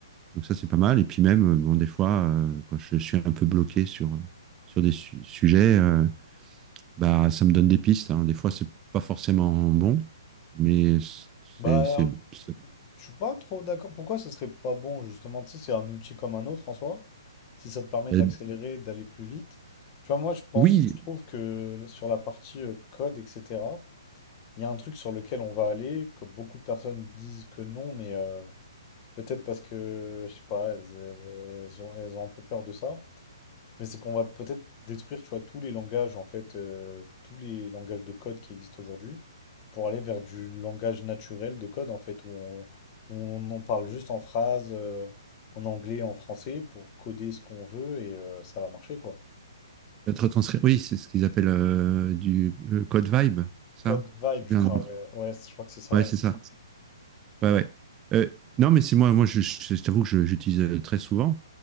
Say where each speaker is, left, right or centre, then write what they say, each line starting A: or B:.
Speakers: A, on the right; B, on the left.
A: Donc ça, c'est pas mal. Et puis même, euh, bon, des fois, euh, quand je suis un peu bloqué sur, euh, sur des su- sujets, euh, bah, ça me donne des pistes. hein. Des fois, c'est pas forcément bon, mais c'est,
B: Bah,
A: c'est, ça
B: Je suis pas trop d'accord. Pourquoi ce serait pas bon, justement? Tu sais, c'est un outil comme un autre en soi. Si ça te permet
A: aide.
B: d'accélérer, d'aller plus vite. Tu vois, moi, je pense,
A: Oui,
B: je trouve que sur la partie euh, code, etc., il y a un truc sur lequel on va aller, que beaucoup de personnes disent que non, mais euh, peut-être parce que, je sais pas, elles, elles ont, elles ont un peu peur de ça. Mais c'est qu'on va peut-être détruire, tu vois, tous les langages, en fait, euh, tous les langages de code qui existent aujourd'hui, pour aller vers du langage naturel de code, en fait, où on, où on, on parle juste en phrases, euh, en anglais, en français, pour coder ce qu'on veut, et euh, ça va marcher, quoi.
A: être retranscrit. Oui, c'est ce qu'ils appellent euh, du le code vibe, c'est
B: Code
A: ça?
B: Vibe,
A: Je sais plus
B: je
A: un
B: crois,
A: nom.
B: ouais. Ouais, je crois que c'est ça,
A: Ouais,
B: ouais.
A: c'est ça. Ouais, ouais. Euh, non, mais c'est moi, moi, je, je- je t'avoue que je- j'utilise euh, très souvent.